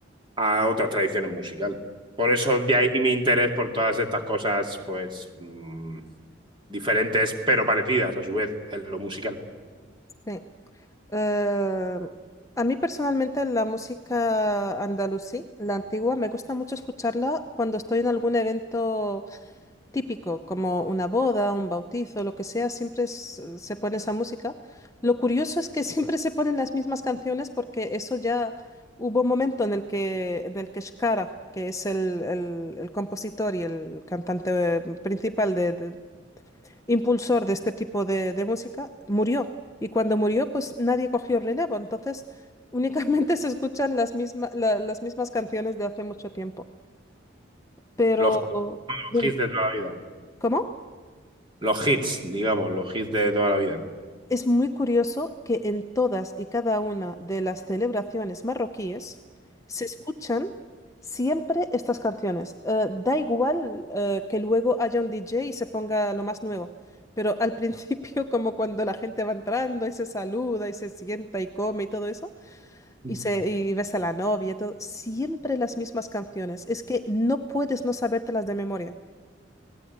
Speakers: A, on the right (about 25°); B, on the left (about 15°).
A: a otras tradiciones musicales. Por eso de ahí mi interés por todas estas cosas, pues mm, diferentes pero parecidas a su vez en lo musical.
B: Sí. Eh, a mí personalmente la música andalusí, la antigua, me gusta mucho escucharla cuando estoy en algún evento típico, como una boda, un bautizo, lo que sea, siempre es- se pone esa música. Lo curioso es que siempre se ponen las mismas canciones porque eso ya hubo un momento en el que, en el que Shkara, que es el, el- el compositor y el cantante eh, principal, de, de- impulsor de este tipo de, de música, murió. Y cuando murió, pues nadie cogió relevo. Entonces, únicamente <laughs> se escuchan las misma- la- las mismas canciones de hace mucho tiempo. Pero,
A: Los, los
B: dime,
A: hits de toda la vida.
B: ¿cómo?
A: Los hits, digamos, los hits de toda la vida.
B: Es muy curioso que en todas y cada una de las celebraciones marroquíes se escuchan siempre estas canciones. Eh, da igual eh, que luego haya un DJ y se ponga lo más nuevo, pero al principio, <laughs> como cuando la gente va entrando y se saluda y se sienta y come y todo eso,
A: Ujú.
B: y, se, y ves a la novia y todo, siempre las mismas canciones. Es que no puedes no sabértelas de memoria.